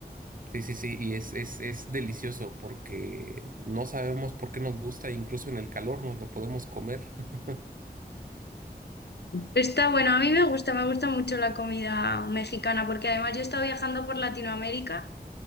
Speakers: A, on the right; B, on the left.
A: Sí, sí, sí, y es, es, es delicioso porque no sabemos por qué nos gusta, incluso en el calor nos lo podemos comer. <laughs>
B: Está bueno, a mí me gusta, me gusta mucho la comida mexicana porque además yo he estado viajando por Latinoamérica